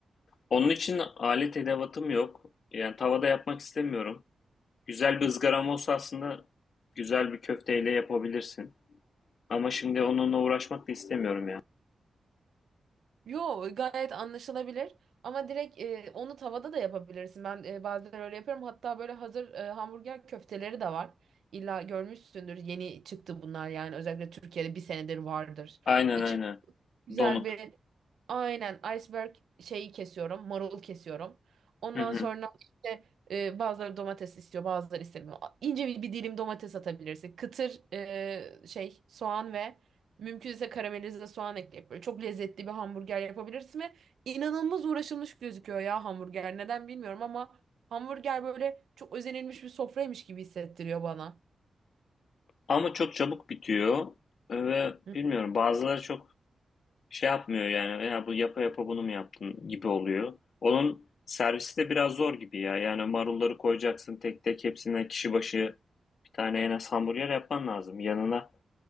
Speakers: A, on the left; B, on the right.
A: Onun için alet edevatım yok. Yani tavada yapmak istemiyorum. Güzel bir ızgaram olsa aslında güzel bir köfteyle yapabilirsin. Ama şimdi onunla uğraşmak da istemiyorum ya.
B: Yo gayet anlaşılabilir. Ama direkt e, onu tavada da yapabilirsin. Ben e, bazen öyle yapıyorum. Hatta böyle hazır e, hamburger köfteleri de var. İlla görmüşsündür. Yeni çıktı bunlar yani. Özellikle Türkiye'de bir senedir vardır.
A: Aynen
B: İçine
A: aynen.
B: güzel
A: Donuk.
B: bir Aynen iceberg şeyi kesiyorum, marul kesiyorum. Ondan
A: Hı hı.
B: sonra işte e, bazıları domates istiyor, bazıları istemiyor. A- İnce bir, bir dilim domates atabilirsin. Kıtır e, şey soğan ve mümkünse karamelize soğan ekleyip böyle çok lezzetli bir hamburger yapabilirsin ve inanılmaz uğraşılmış gözüküyor ya hamburger. Neden bilmiyorum ama hamburger böyle çok özenilmiş bir sofraymış gibi hissettiriyor bana.
A: Ama çok çabuk bitiyor ve
B: Hı,
A: bilmiyorum bazıları çok şey yapmıyor yani ya bu yapa yapa bunu mu yaptın gibi oluyor. Onun servisi de biraz zor gibi ya. Yani marulları koyacaksın tek tek hepsinden kişi başı bir tane en az hamburger yapman lazım. Yanına